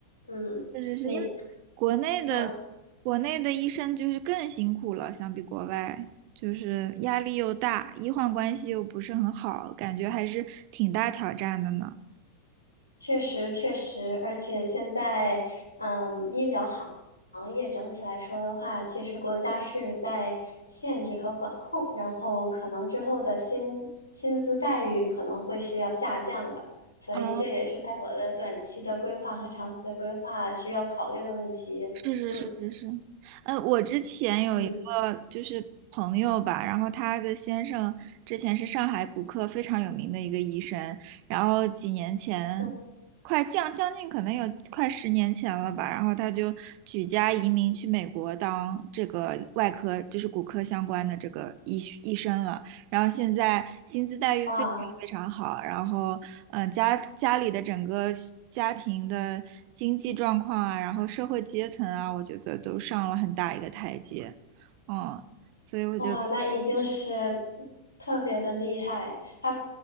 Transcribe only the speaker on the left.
嗯，
你。
嗯
确实，确实，而且现在，嗯，医疗行行业整体来说的话，其实国家是在限制和管控，然后可能之后的薪薪资待遇可能会是要下降的，所以这也是在我的短期的规划和长期的规划需要考虑的问题。
嗯
嗯
嗯，
哇。
哇，那一定是特别的厉害。他